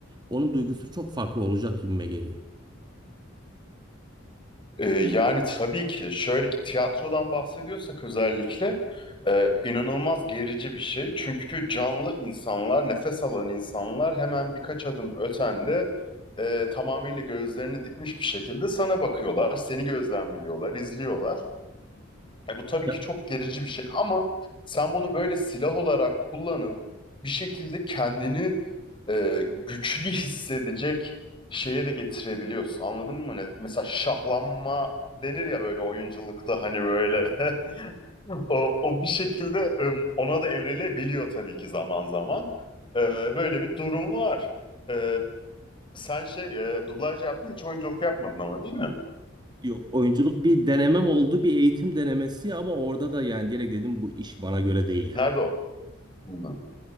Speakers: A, on the right (about 20°); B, on the left (about 25°).
A: onun duygusu çok farklı olacak gibime geliyor.
B: Ee, yani tabii ki şöyle ki tiyatrodan bahsediyorsak özellikle e, inanılmaz gerici bir şey. Çünkü canlı insanlar, nefes alan insanlar hemen birkaç adım ötende e, tamamıyla gözlerini dikmiş bir şekilde sana bakıyorlar, seni gözlemliyorlar, izliyorlar. E bu tabii
A: Ya,
B: ki çok gerici bir şey ama sen bunu böyle silah olarak kullanıp bir şekilde kendini e, güçlü hissedecek şeye de getirebiliyorsun. Anladın mı? Ne? Mesela şahlanma denir ya böyle oyunculukta hani böyle. <laughs> O, o bir şekilde e, ona da evrilebiliyor tabii ki zaman zaman. E, böyle bir durum var. E, sen şey e, dublaj yaptın hiç oyunculuk yapmadın ama değil mi?
A: yok oyunculuk bir denemem oldu bir eğitim denemesi ama orada da yani direkt dedim bu iş bana göre değil yani.
B: Nerede oldun? Hı.